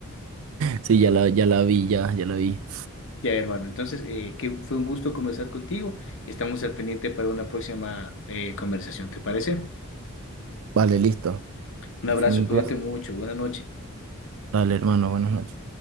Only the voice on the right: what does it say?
Sí, ya la, ya la vi, ya, ya la vi.
Vale, listo.
Fue un
placer.
Dale, hermano, buenas noches.